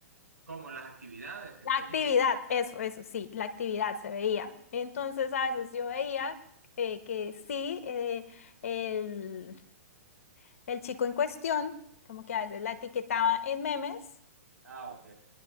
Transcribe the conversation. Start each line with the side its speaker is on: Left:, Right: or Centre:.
Right: Como las actividades que
Left: La
Right: tenía.
Left: actividad, eso, eso, sí, la actividad se veía. Entonces, a veces yo veía eh, que sí, eh, el, el chico en cuestión, como que a veces la etiquetaba en memes,
Right: Ah, ok.